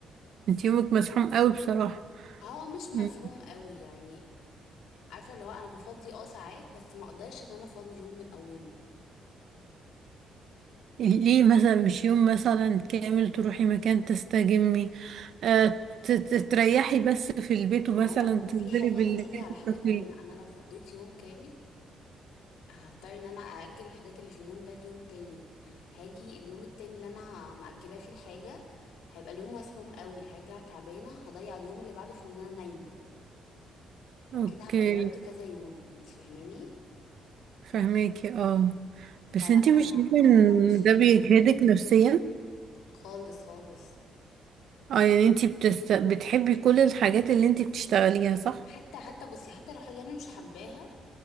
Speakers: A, on the right; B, on the left.
A: انتي يومك مزحوم قوي بصراحة
B: هو مش مزحوم
A: م-
B: قوي يعني عارفة اللي هو انا بفضي اه ساعات بس ما اقدرش ان انا افضي يوم من اوله
A: ليه مثلا مش يوم مثلا كامل تروحي مكان تستجمي آه ت- ت- تريحي بس في البيت ومثلا
B: ما هو
A: تنزلي
B: في حاجة
A: بالليل
B: هتيجي
A: في
B: على
A: الكافيه
B: حاجة تانية أنا لو فضيت يوم كامل هضطر إن أنا أأجل الحاجات اللي في اليوم ده ليوم تاني هاجي اليوم التاني اللي أنا مأجلة فيه الحاجة هيبقى اليوم مزحوم قوي هرجع تعبانة هضيع اليوم اللي بعده في إن أنا نايمة فكده
A: اوكي
B: هبقى ضربت كذا يوم أنت فاهماني
A: فهماكي اه
B: فلا
A: بس انتي
B: أنا
A: مش شايفة ان
B: اه أنا ماشية
A: ده
B: كل
A: بيجهدك
B: حاجة
A: نفسيا
B: خالص خالص
A: اه يعني انتي بتست... بتحبي كل الحاجات اللي انتي بتشتغليها صح
B: حتى حتى بصي حتى لو حاجة أنا مش حباها